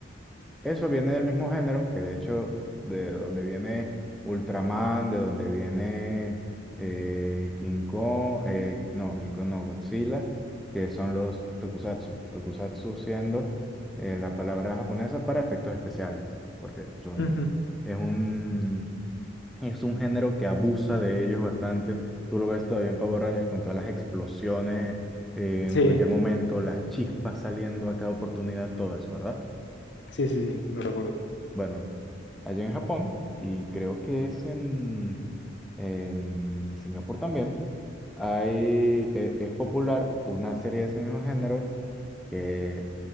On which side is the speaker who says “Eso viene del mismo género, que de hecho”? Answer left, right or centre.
Centre